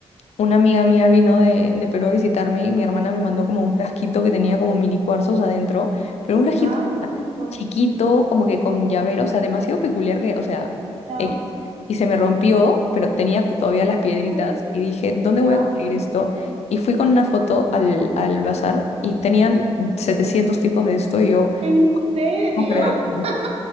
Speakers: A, on the left; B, on the right.
A: Una amiga mía vino de, de Perú a visitarme y mi hermana me mandó como un frasquito que tenía como mini cuarzos adentro, pero un
B: Ya,
A: frasquito
B: qué bonito.
A: chiquito, como que con llavero, o sea, demasiado peculiar que, o sea,
B: Ya,
A: X. Y se me rompió, pero tenía todavía las piedritas
B: ay,
A: y dije, ¿dónde
B: ya.
A: voy a conseguir esto? Y fui con una foto al, al bazar y tenían 700 tipos de esto y yo,
B: ¿En serio?
A: no puedo creerlo.
B: <laughs>